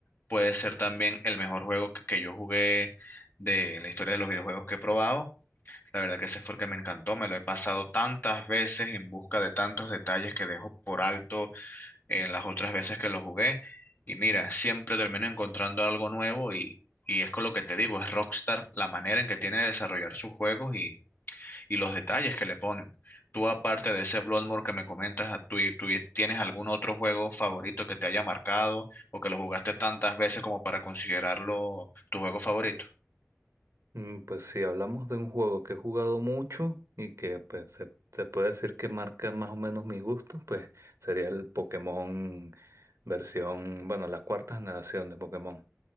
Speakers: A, on the left; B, on the right.
A: puede ser también el mejor juego que, que yo jugué de la historia de los videojuegos que he probado. La verdad que ese fue el que me encantó, me lo he pasado tantas veces en busca de tantos detalles que dejo por alto en las otras veces que lo jugué. Y mira, siempre termino encontrando algo nuevo y, y es con lo que te digo, es Rockstar la manera en que tiene de desarrollar sus juegos y, y los detalles que le ponen. Tú, aparte de ese Bloodborne que me comentas, ah, ¿tú, tú tienes algún otro juego favorito que te haya marcado o que lo jugaste tantas veces como para considerarlo tu juego favorito?
B: Mm, Pues si hablamos de un juego que he jugado mucho y que pues se, se puede decir que marca más o menos mis gustos, pues sería el Pokémon versión, bueno, la cuarta generación de Pokémon.